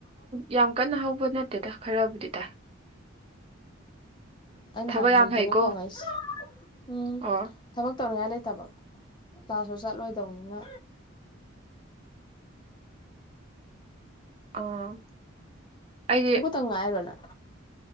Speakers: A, on the right (about 30°); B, on the left (about 20°).
A: ꯌꯥꯝ ꯀꯟꯅ ꯍꯧꯕ ꯅꯠꯇꯦꯗ ꯈꯔꯕꯨꯗꯤ ꯇꯥꯏ
B: ꯑꯩꯅ
A: ꯊꯕꯛ
B: ꯍꯥꯏꯕ
A: ꯌꯥꯝ
B: ꯍꯨꯏꯗꯨꯅꯦ
A: ꯐꯩꯀꯣ
B: ꯈꯣꯡꯉꯛꯏꯁꯦ ꯎꯝ
A: ꯑꯣ
B: ꯊꯕꯛ ꯇꯧꯅꯤꯡꯉꯥꯏ ꯂꯩꯇꯕ ꯀ꯭ꯂꯥꯁꯁꯨꯨ ꯆꯠꯂꯣꯏꯗꯧꯕꯅꯤꯅ
A: ꯑꯥ ꯑꯩꯗꯤ
B: ꯍꯒꯣꯠꯇꯪ ꯉꯥꯏꯔꯤꯔꫭ ꯅꯪ